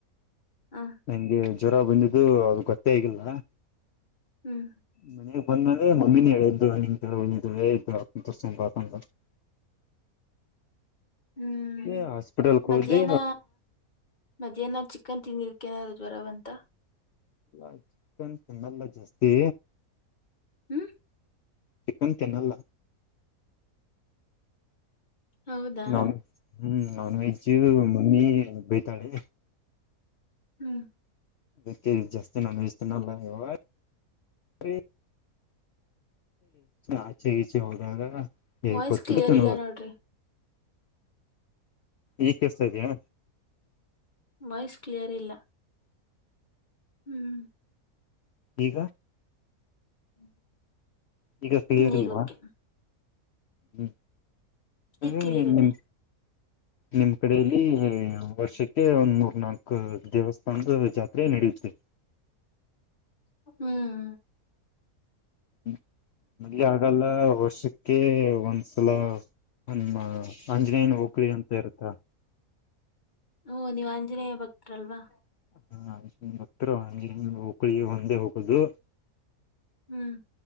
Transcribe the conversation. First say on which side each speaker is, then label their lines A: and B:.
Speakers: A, on the left; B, on the left.
A: ಹ
B: ನಂಗೆ ಜ್ವರ ಬಂದಿದ್ದು ಅದು ಗೊತ್ತೇ ಆಗಿಲ್ಲ
A: ಹ್ಮ್
B: ಮನಗ್ ಬಂದೆ ಮಮ್ಮಿನ ಹೇಳಿದ್ದು ನಿನ್ ಒಳ್ಳೆ ದವಾಖಾನೆ ತೋರಿಸಿಕೊಂಡು ಬಾ ಅಂತ <inaudible>
A: ಹ್ಮ್
B: ಏ ಹಾಸ್ಪಿಟಲ್ಕ್
A: ಮಧ್ಯಾಹ್ನ
B: ಹೋದೆ
A: ಮಧ್ಯಾಹ್ನ ಚಿಕನ್ ತಿಂದಿಕೆಏನರು ಜ್ವರಬಂತಾ
B: ಅಲ್ಲ ಚಿಕನ್ ತಿನ್ನಲ್ಲ ಜಾಸ್ತಿ.
A: ಹ್ಮ್
B: ಚಿಕನ್ ತಿನ್ನಲ್ಲ
A: ಹೌದಾ
B: ನಾನ್ ಹ್ಮ್ ನಾನ್ ವೆಜ್ಜ್ ಮಮ್ಮಿ ಬೈತಾಳೆ
A: ಹ್ಮ್
B: ಅದಕ್ಕೆ ಜಾಸ್ತಿ ನಾನ್ವೆಜ್ ತಿನ್ನಲ್ಲ ಯಾವಗನಂದ್ರೆ ಆಚೆಗೀಚೆ ಹೋದಾಗ ಹೇ
A: ವಾಯ್ಸ್
B: ಕೊಟ್ಟ
A: ಕ್ಲಿಯರ್
B: ತ <unintelligible>
A: ಇಲ್ಲ ನೋಡ್ರಿ
B: ಈಗಾ ಕೆಳಸ್ತಿದ್ಯಾ
A: ವಾಯ್ಸ್ ಕ್ಲಿಯರ್ ಇಲ್ಲ. ಹ್ಮ್
B: ಈಗ
A: ಹ್ಮ್
B: ಈಗ ಕ್ಲಿಯರ್
A: ಈಗ
B: ಇಲ್ವಾ
A: ಓಕೆ
B: ಹ್ಮ
A: ಈಗ
B: ಹ್ಮ್
A: ಕ್ಲಿಯರ್ ಇದೆ
B: ನಿಮ ನಿಮ್ ಕಡೆಯಲ್ಲಿ ವರ್ಷಕ್ಕೆ ಒಂದ್ ಮೂರ್ ನಾಕು ದೇವಸ್ಥಾನದ ಜಾತ್ರೆ ನಡೆಯುತ್ತೆ
A: ಹ್ಮ್
B: ಮ ಮದ್ವೆ ಆಗಲ್ಲ ವರ್ಷಕ್ಕೆ ಒಂದ್ಸಲ ನಮ್ಮ ಆಂಜನೇಯನ ಓಕಳಿ ಅಂತ ಇರ್ತದ್.
A: ಹ್ಮ ನೀವ್ ಆಂಜನೇಯ ಭಕ್ತರಲ್ವಾ.
B: ಹ ಅಂಜ ಭಕ್ತರು ಅಂಗೇನಿಲ್ಲ ಓಕಳಿಗೆ ಒಂದೇ ಹೋಗೋದು.
A: ಹ್ಮ್